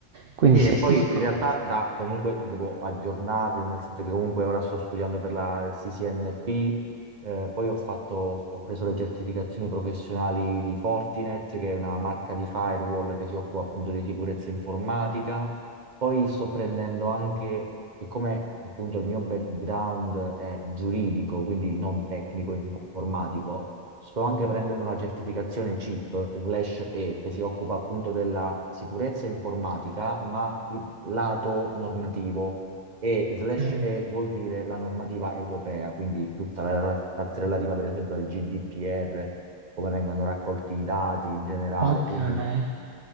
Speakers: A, on the right; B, on the right.
A: quindi
B: Sì,
A: sei
B: e poi
A: Cisco.
B: in realtà da, comunque devo aggiornarlo, nel senso che comunque ora sto studiando per la CCNP eh, poi ho fatto- ho preso le certificazioni professionali di Fortinet, che è una marca di firewall che si occupa appunto di sicurezza informatica. Poi sto prendendo anche, siccome appunto il mio background è giuridico, quindi non tecnico informatico, sto anche prendendo la certificazione CIP/E, che si occupa appunto della sicurezza informatica, ma il lato normativo e slash
A: Okay,
B: E vuol dire la normativa europea, quindi tutta la la parte relativa per esempio al GDPR, come vengono raccolti i dati in generale,
A: okay.
B: quindi